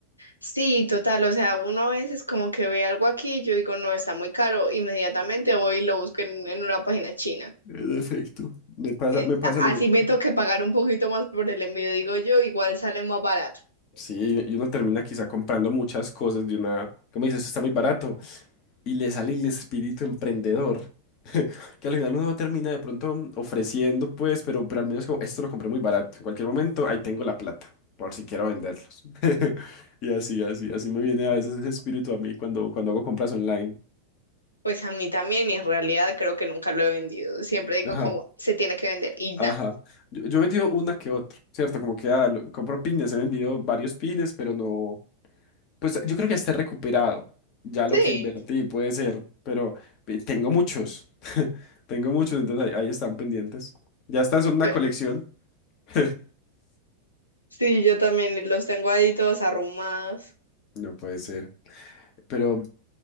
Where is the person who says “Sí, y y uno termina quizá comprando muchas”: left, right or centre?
Left